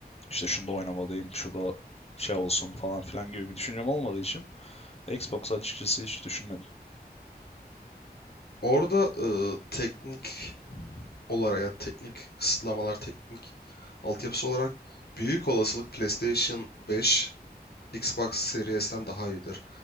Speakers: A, on the left (about 40°); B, on the left (about 70°).
A: İşte şunu da oynamalıyım, şu da şey olsun falan filan gibi bir düşüncem olmadığı için Xbox açıkçası hiç düşünmedim.
B: Orada e, teknik olarak ya teknik kısıtlamalar, teknik altyapısı olarak büyük olasılık PlayStation 5, Xbox Series'ten daha iyidir.